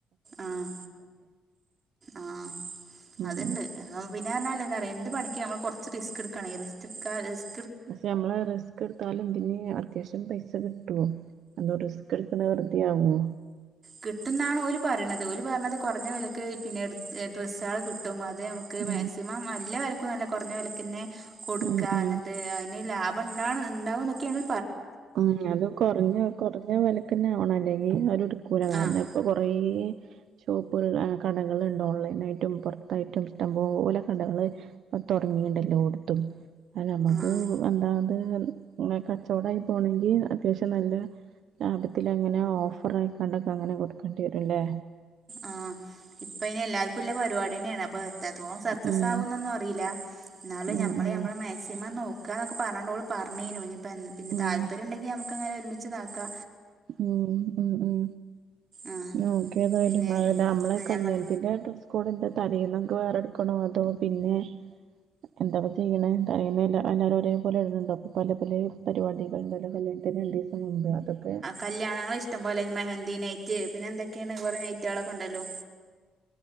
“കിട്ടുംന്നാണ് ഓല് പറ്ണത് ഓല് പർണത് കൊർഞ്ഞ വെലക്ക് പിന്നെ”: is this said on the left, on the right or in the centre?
Right